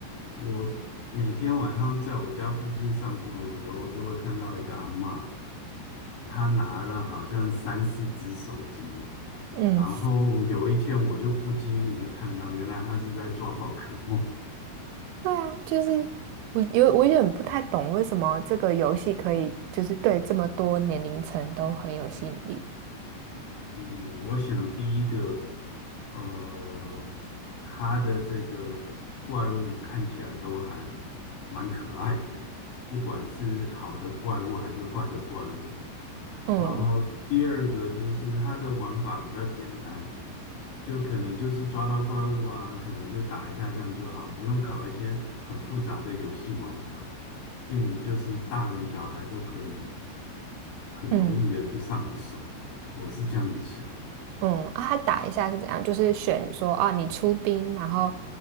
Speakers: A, on the left; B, on the right.
A: 我每天晚上在我家附近散步的时候，就会看到一个阿嬷，她拿了好像三四只手机，
B: 嗯，
A: 然后有一天我就不经意的看到，原来她是在抓宝可梦。
B: 对啊，就是我有我有点不太懂为什么这个游戏可以就是对这么多年龄层都很有吸引力，
A: 嗯，我想第一个，呃，他的这个怪物看起来都还蛮可爱的，不管是好的怪物还是坏的怪物。
B: 嗯
A: 然后第二个就是它的玩法比较简单，就可能就是抓到怪物啊，可能就打一下这样就好，不用搞一些很复杂的游戏玩法，变就是大人小孩都可以很容易的去上手。
B: 嗯。
A: 我是这样子想，
B: 嗯，啊，他打一下是怎样？就是选说啊，你出兵，然后